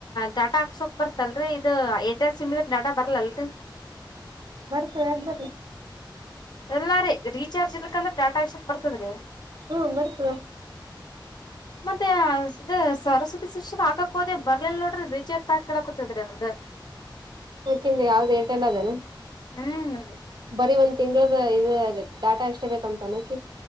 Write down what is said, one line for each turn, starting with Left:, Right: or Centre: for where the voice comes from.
Left: ಡಾಟಾ ಹಾಕ್ಸೋಕ್ ಬರ್ತಲ್ರರಿ ಇದು ಏರ್ಟೆಲ್ ಸಿಮ್ ಇದ್ರ ಡಾಟಾ ಬರ್ಲಲ್ರರಿ.
Right: ಬರ್ತದ ಯಾಕ ಬರ್ಲಾ.
Left: ಇಲ್ಲ ರೀ ರೀಚಾರ್ಜ್ ಇಲ್ರ್ಕ್ಕಂದ್ರ ಡಾಟಾ ಹಾಕ್ಸಕ್ ಬರ್ತದ್ರೀ
Right: ಹ್ಮ್ ಬರ್ತದ.
Left: ಮತ್ತೆ ಇದ ಸರಸ್ವತಿ ಶಿಸ್ಟರ್ಹಾಕ್ಕ ಹೋದೆ ಬರ್ಲಿಲ್ಲ ನೋಡ್ರಿ ರಿಚಾರ್ಜ್ ಪ್ಯಾಕ್ ಕೇಳಕೊತದ ರೀ ಅವ್ರದ.
Right: ಅಕಿಂದ ಯಾವ್ದು ಏರ್ಟೆಲ್ ಅದೇನ.
Left: ಹ್ಮ್ ರಿ.
Right: ಬರೀ ಒಂದ್ ತಿಂಗಳದ ಇದ ಡಾಟಾ ಅಷ್ಟೇ ಬೇಕಂತನಕಿಗಿ.